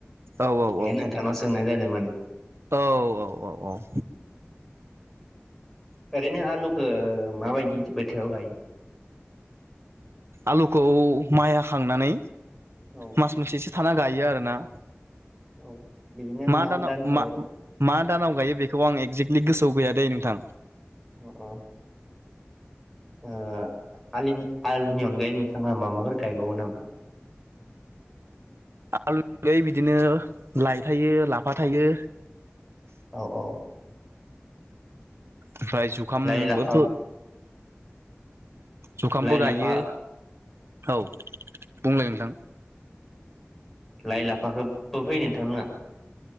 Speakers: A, on the right; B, in the centre.
A: औ
B: बे
A: औ
B: नोंथांनाव सोंनाय जादों माने
A: औ औ औ औ
B: ओरैनो आलुखौ माबायदि बोथोराव गायो
A: आलुखौ माइ हाखांनानै
B: औ
A: मास मोनसेसो साना गायो आरोना
B: औ बिदिनो
A: मा दानाव
B: दानसेयाव
A: मा मा दानाव गायो बेखौ आं एगजेक्टलि गोसोआव गैया दै नोंथां
B: अ अ ओ आलिनि आलुनि अनगायै नोंथांआ माबाफोर गायबावो नामा !!!
A: आलु बिदिनो लाइ थायो लाफा थायो
B: औ औ
A: ओमफ्राय जुखामबोथ
B: लाइ लाफा
A: जुखामबो
B: लाइ लाफा
A: गायो औ बुंलाय नोंथां
B: लाइ लाफाखोबो फोयो नोंथां लांआ